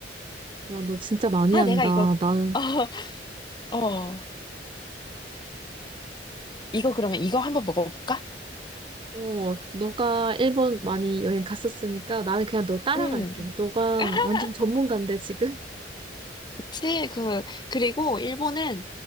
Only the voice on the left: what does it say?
아,
내가 이거
<laughs> 어, 어, 이거 그러면 이거 한번 먹어볼까?
음.
<laughs>
그치, 그, 그리고 일본은